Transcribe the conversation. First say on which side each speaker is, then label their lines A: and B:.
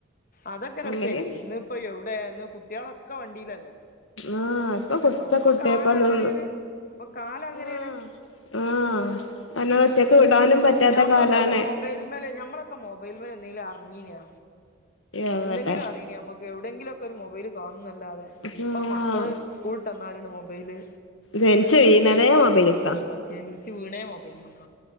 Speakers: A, on the left; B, on the left.
A: അതൊക്കെ രസേന്ന്
B: അങ്ങനെ
A: ഇന്ന് ഇപ്പം എവിടെ ഇന്ന് കുട്ട്യാളൊക്കെ വണ്ടിലല്ലേ
B: ആഹ് ഇപ്പൊ കുത്ത
A: ആ ഇപ്പൊ
B: കുട്ടിയക്കൊന്നും
A: കാലം അങ്ങനേണ് അപ്പൊ കാലം അങ്ങനേണ്
B: ആഹ് ആഹ് അനെ ഒറ്റക്ക് വിടാനും പറ്റാത്ത
A: ഞമ്മക്കൊക്കെ
B: കാലാണ്
A: മൊ മൊബൈൽമല് ഞമ്മളൊക്കെ മൊബൈൽമെലെന്തെങ്കിലും അറിഞ്ഞീനാ
B: എവടെ
A: എന്തെങ്കിലും നമുക്ക് എവിടെങ്കിലും ഒക്കെ ഒരു മൊബൈല് കാണുംന്നല്ലാതെ
B: ആഹ്
A: ഇപ്പൊ മക്കള് സ്കൂളിട്ട് വന്നാല്ണ്ട് മൊബൈല്
B: ജനിച്ച് വീഴ്ണതേ മൊബൈലിക്കാ
A: ജനിച്ച് വീണേ മൊബൈൽമക്ക